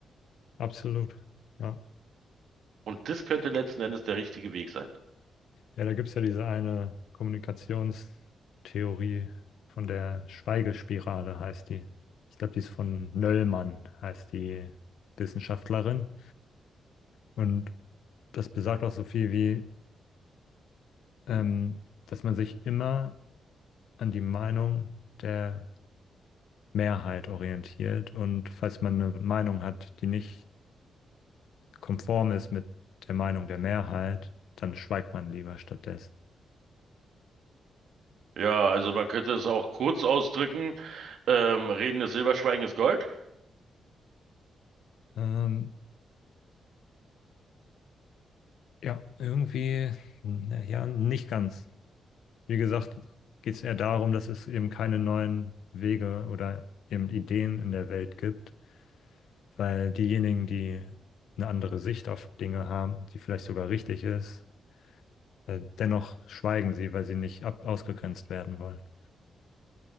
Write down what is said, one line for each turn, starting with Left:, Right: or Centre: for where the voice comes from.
Left: Absolut. Ja.
Right: Und das könnte letzten Endes der richtige Weg sein.
Left: Ja, da gibt es ja diese eine Kommunikationstheorie von der Schweigespirale, heißt die. Ich glaube, die ist von Nöllmann, heißt die Wissenschaftlerin. Und das besagt auch so viel wie, ähm, dass man sich immer an die Meinung der Mehrheit orientiert. Und falls man eine Meinung hat, die nicht konform ist mit der Meinung der Mehrheit, dann schweigt man lieber stattdessen.
Right: Ja, also man könnte es auch kurz ausdrücken. Ähm, Reden ist Silber, Schweigen ist Gold.
Left: Ähm, Ja, irgendwie, na ja, nicht ganz. Wie gesagt, geht es eher darum, dass es eben keine neuen Wege oder eben Ideen in der Welt gibt, weil diejenigen, die eine andere Sicht auf Dinge haben, die vielleicht sogar richtig ist, äh, dennoch schweigen sie, weil sie nicht ab ausgegrenzt werden wollen.